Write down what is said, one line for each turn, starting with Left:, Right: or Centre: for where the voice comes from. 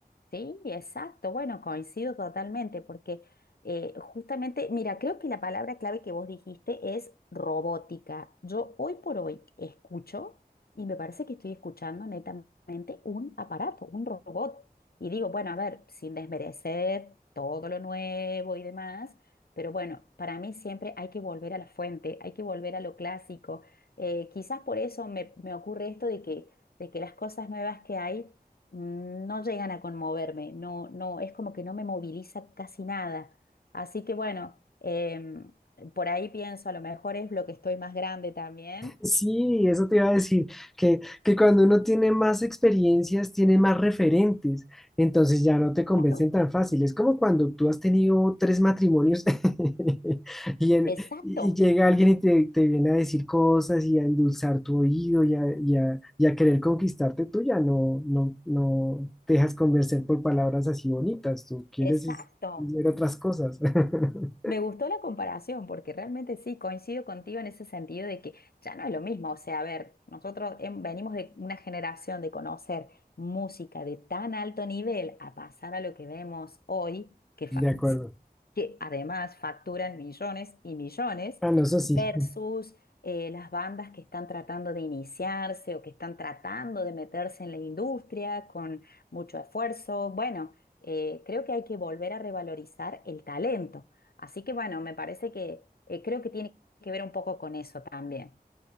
Left: Sí, exacto. Bueno, coincido totalmente porque eh, justamente, mira, creo que la palabra clave que vos dijiste es robótica. Yo hoy por hoy escucho y me parece que estoy escuchando netamente un aparato, un robot. Y digo, bueno, a ver, sin desmerecer todo lo nuevo y demás, pero bueno, para mí siempre hay que volver a la fuente, hay que volver a lo clásico. Eh, quizás por eso me, me ocurre esto de que, de que las cosas nuevas que hay mm, no llegan a conmoverme, no, no, es como que no me moviliza casi nada. Así que bueno, em, por ahí pienso, a lo mejor es lo que estoy más grande también.
Centre: Sí, eso te iba a decir, que, que cuando uno tiene más experiencias, tiene más referentes, entonces ya no te convencen
Left: Claro.
Centre: tan fácil. Es como cuando tú has tenido tres matrimonios <laughs> y, en-
Left: Exacto,
Centre: y llega alguien y te, te viene a decir cosas y a endulzar tu oído y a, y a- y a querer conquistarte, tú ya no, no, no te dejas convencer por palabras así bonitas, tú quieres
Left: exacto.
Centre: es- ver otras cosas. <laughs>
Left: Me gustó la comparación porque realmente sí, coincido contigo en ese sentido de que ya no es lo mismo. O sea, a ver, nosotros em- venimos de una generación de conocer música de tan alto nivel a pasar a lo que vemos hoy, que, fa-
Centre: De acuerdo.
Left: que además facturan millones y millones,
Centre: Ah, no, eso sí.
Left: versus eh, las bandas que están tratando de iniciarse o que están tratando de meterse en la industria con mucho esfuerzo. Bueno, eh, creo que hay que volver a revalorizar el talento. Así que bueno, me parece que eh, creo que tiene que ver un poco con eso también.